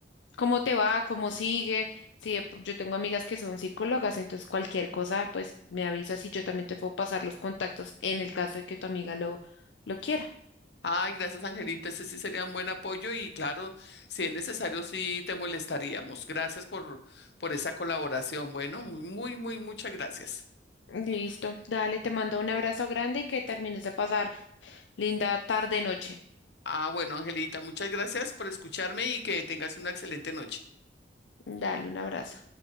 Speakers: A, on the left (about 85°); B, on the left (about 65°).
A: cómo te va, cómo sigue. Si de pr- yo tengo amigas que son psicólogas, entonces cualquier cosa, pues me avisas y yo también te puedo pasar los contactos en el caso de que tu amiga lo, lo quiera.
B: Ay, gracias, Angelito. Ese sí sería un buen apoyo y claro, si es necesario, sí te molestaríamos. Gracias por, por esa colaboración. Bueno, muy, muy, muy, muchas gracias.
A: Listo, dale, te mando un abrazo grande y que termines de pasar Linda tarde, noche.
B: Ah, bueno, Angelita, muchas gracias por escucharme y que tengas una excelente noche.
A: Dale un abrazo.